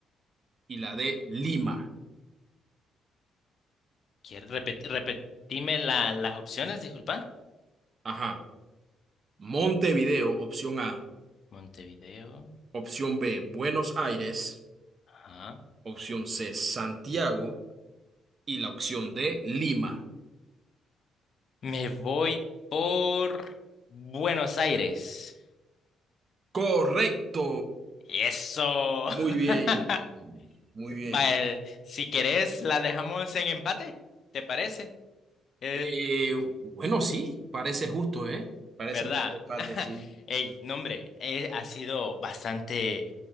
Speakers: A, on the right (about 40°); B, on the left (about 55°).
A: Y la D, Lima.
B: ¿quieres repet- repetirme la- las opciones? Disculpa.
A: Ajá. Montevideo, opción A.
B: Montevideo.
A: Opción B, Buenos Aires.
B: Ajá.
A: Opción C, Santiago. Y la opción D, Lima.
B: Me voy por Buenos Aires.
A: Correcto.
B: Eso.
A: Muy
B: <laughs>
A: bien. Muy bien.
B: Vale, si querés, la dejamos en empate. ¿Te parece? Eh,
A: Eh, bueno, sí, parece justo, ¿eh? Parece
B: ¿Verdad?
A: justo, Kate,
B: <laughs>
A: sí.
B: Ey, no hombre, eh, ha sido bastante